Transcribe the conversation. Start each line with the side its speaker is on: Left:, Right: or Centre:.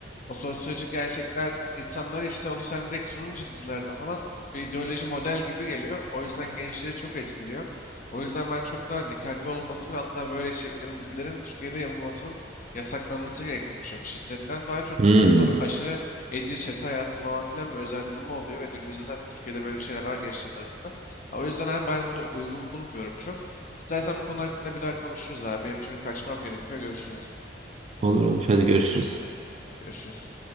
Left: O sosyolojik gerçekler insanlara işte onu sen direkt sununca dizilerde falan bir ideoloji model gibi geliyor. O yüzden gençleri çok etkiliyor. O yüzden ben çok daha dikkatli olunması ve hatta böyle içeriklerin dizilerin Türkiye'de yapılmasının yasaklanması gerektiğini düşünüyorum. Şiddetten daha çok
Right: Hmm,
Left: çünkü bunlar aşırı etkili çete hayatı falan filan bir özendirme oluyor ve günümüzde zaten Türkiye'de böyle şeyler var gençlerin arasında. Ha, O yüzden abi ben bunu uygun bulmuyorum çok. İstersen bu konu hakkında bir daha konuşuruz abi. Benim şimdi kaçmam gerekiyor. Görüşürüz o zaman.
Right: olur olur hadi görüşürüz.
Left: Görüşürüz.